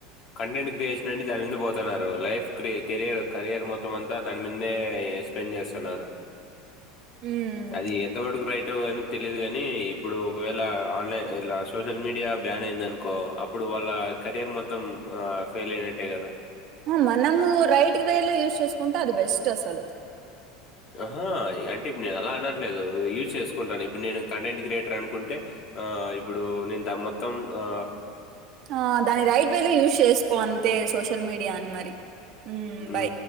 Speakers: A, on the left (about 50°); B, on the right (about 55°).
A: కంటెంట్ క్రియేషన్ అండి దాని మీద పోతాన్ న్నారు లైఫ్ క్రే కెరియర్ కరియర్ మొత్తం అంతా దాని మీద్నే స్పెండ్ జేస్తున్నారు.
B: హ్మ్
A: అది ఎంత మట్టుకు రైటో అని తెలిదు గనీ ఇప్పుడు ఒకవేళ ఆన్లైన్ సోషల్ మీడియా బ్యాన్ అయిందనుకో అప్పుడు వాళ్ళ కెరియర్ మొత్తం ఫెయిల్ అయినట్టే గద.
B: మనమూ రైట్ వే లో యూస్ చేసుకుంటె అది బెస్ట్ అసలు.
A: అహా అంటే ఇప్పుడు నేను అలా అనట్లేదు యూస్ చేసుకుంటాను ఇప్పుడు నేను కంటెంట్ క్రియేటర్ అనుకుంటే ఆ ఇప్పుడు నేన్ దాన్ మొత్తం ఆ
B: ఆ దాన్ని రైట్ వే లో యూస్ చేసుకో అంతే సోషల్ మీడియా అని మరి. హ్మ్
A: ఊ
B: బాయ్